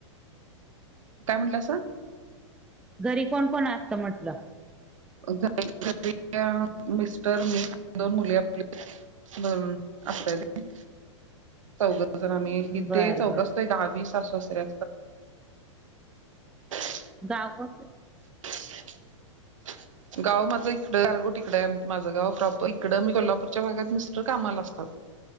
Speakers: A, on the right; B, in the centre.
A: काय म्हटलासा?
B: घरी कोण कोण असत म्हटलं.?
A: घ घरी आ मिस्टर, मी, दोन मुली. ह, असतय ते. चौघजण आम्ही, इथे
B: बरं
A: चौघ
B: बर
A: असतोय, गावी सासू सासरे <inaudible>
B: गाव कस आहे
A: <inaudible> गाव माझं इकडं गारगोटिकड <unintelligible> माझं गाव प्रॉपर इकडं. आन, कोल्हापूरच्या भागात मिस्टर कामाला असतात.